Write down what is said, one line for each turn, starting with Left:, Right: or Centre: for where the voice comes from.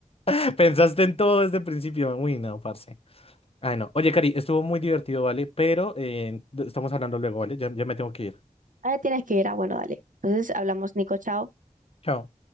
Left: <laughs> Pensaste en todo desde el principio. Uy, no, parce. Ay, no. Oye, Cari, estuvo muy divertido, ¿vale? Pero eh, estamos hablando luego, ¿vale? Ya, ya me tengo que ir.
Right: ah, tienes que ir, ah, bueno, dale. Entonces hablamos, Nico, chao.
Left: Chao.